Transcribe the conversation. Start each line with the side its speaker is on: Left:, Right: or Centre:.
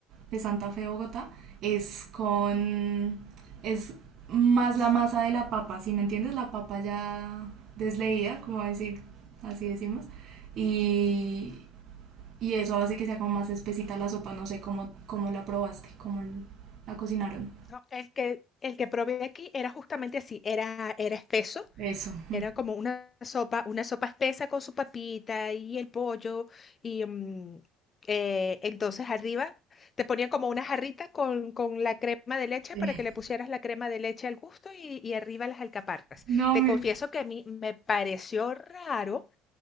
Right: de Santa Fe, Bogotá, es con, es más la masa de la papa, si me entiendes? La papa ya desleída, como decir, así decimos, y, y eso hace que sea como más espesita la sopa, no sé cómo, cómo la probaste, cómo l- la cocinaron.
Left: No, el que, el que probé aquí era justamente así, era, era espeso
Right: Eso. <laughs> mm,
Left: Era como una sopa, una sopa espesa con su papita y el pollo. Y mm, eh, entonces arriba te ponían como una jarrita con, con la crema de leche
Right: sí.
Left: para que le pusieras la crema de leche al gusto y, y arriba las alcaparras.
Right: No
Left: Te
Right: me...
Left: confieso que a mí me pareció raro,